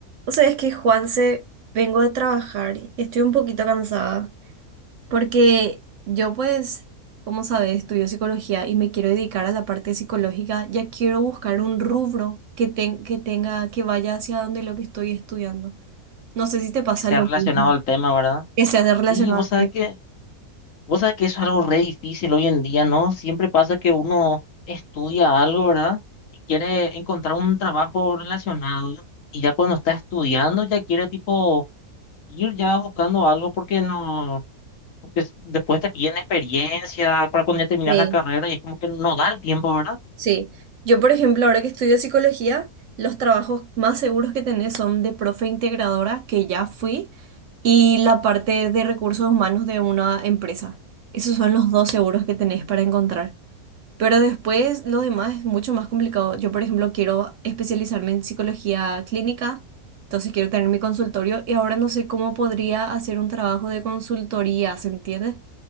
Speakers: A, on the right (about 65°); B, on the left (about 60°).
A: Vos sabés que Juanse, vengo de trabajar y estoy un poquito cansada porque yo pues, como sabés, estudio psicología y me quiero dedicar a la parte psicológica. Ya quiero buscar un rubro que, ten- que tenga, que vaya hacia donde lo que estoy estudiando. No sé si te pasa
B: que sea
A: lo
B: relacionado
A: mismo,
B: al tema, ¿verdad?
A: que sea de relacionado
B: Sí, vos
A: al
B: sabes
A: tema.
B: que, vos sabes que eso es algo re difícil hoy en día, ¿no? Siempre pasa que uno estudia algo, ¿verdad? Y quiere encontrar un trabajo relacionado y ya cuando está estudiando ya quiere tipo ir ya buscando algo porque no, porque s- después te piden experiencia para cuando ya terminas
A: Sí.
B: la carrera y es como que no da el tiempo, ¿verdad?
A: Sí, yo por ejemplo, ahora que estudio psicología, los trabajos más seguros que tenés son de profe integradora, que ya fui, y la parte de recursos humanos de una empresa. Esos son los dos seguros que tenés para encontrar. Pero después lo demás es mucho más complicado. Yo, por ejemplo, quiero especializarme en psicología clínica, entonces quiero tener mi consultorio y ahora no sé cómo podría hacer un trabajo de consultoría, ¿se entiende?